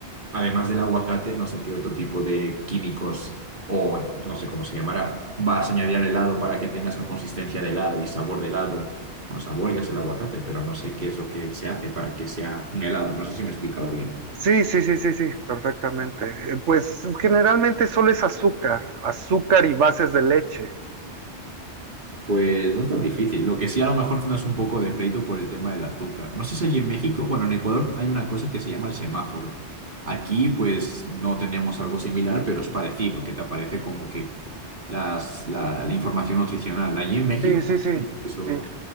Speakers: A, on the right (about 45°); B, on the right (about 90°).
A: además del aguacate, no sé qué otro tipo de químicos o no sé cómo se llamará, vas a añadir al helado para que tenga esa consistencia de helado y sabor de helado. Bueno, sabor ya es el aguacate, pero no sé qué es lo que se hace para que sea un helado. No sé si me he explicado bien.
B: Sí, sí, sí, sí, sí, perfectamente. Eh, Pues generalmente solo es azúcar, azúcar y bases de leche.
A: Pues no es tan difícil. Lo que sí a lo mejor tendrás un poco de pleito por el tema del azúcar. No sé si allí en México, bueno, en Ecuador hay una cosa que se llama el semáforo. Aquí pues no tenemos algo similar, pero es parecido, que te aparece como que las, la la información nutricional. Allí en México...
B: Sí, sí, sí,
A: Eso.
B: sí.